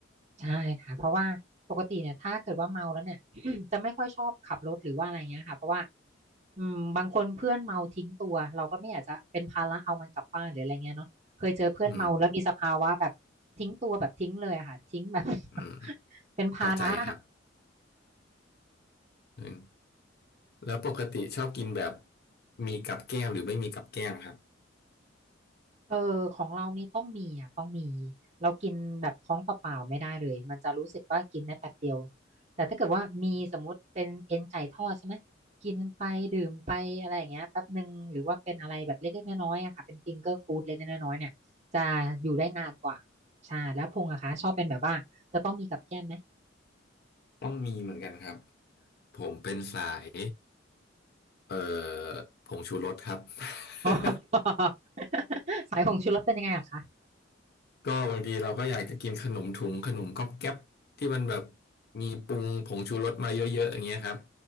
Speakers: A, on the right; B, on the left.
A: ใช่ค่ะเพราะว่าปกติเนี่ยถ้าเกิดว่าเมาแล้วเนี่ย <clears throat> จะไม่ค่อยชอบขับรถหรือว่าอะไรเงี้ยค่ะเพราะว่าอืมบางคนเพื่อนเมาทิ้งตัวเราก็ไม่อยากจะเป็นภาระเอามันกลับบ้านหรืออะไรเงี้ยเนาะเคยเจอเพื่อนเมาแล้วมีสภาวะแบบทิ้งตัวแบบทิ้งเลยอะค่ะทิ้งแบบ
B: อืม
A: <laughs>
B: อืม
A: เป็นภาระ
B: เข้าใจครับอืมแล้วปกติชอบกินแบบมีกับแก้มหรือไม่มีกับแก้มครับ
A: เออของเรานี่ต้องมีอ่ะต้องมีเรากินแบบท้องเปล่าๆไม่ได้เลยมันจะรู้สึกว่ากินได้แป๊บเดียวแต่ถ้าเกิดว่ามีสมมุติเป็นเอ็นไก่ทอดใช่ไหมกินไปดื่มไปอะไรอย่างเงี้ยแป๊บหนึ่งหรือว่าเป็นอะไรแบบเล็กๆน้อยๆอะค่ะเป็นฟิงเกอร์ฟู้ดเล็กๆน้อยๆเนี่ยจะอยู่ได้นานกว่าใช่แล้วพงอะคะชอบเป็นแบบว่าจะต้องมีกับแก้มไหม
B: อืมต้องมีเหมือนกันครับผมเป็นสายเอ่อผงชูรสครับ
A: อ๋อ <laughs>
B: <laughs>
A: สายของชูรสเป็นยังไงอะคะ
B: ก็บางทีเราก็อยากจะกินขนมถุงขนมก๊อบแก๊บที่มันแบบมีปรุงผงชูรสมาเยอะๆอย่างเงี้ยครับ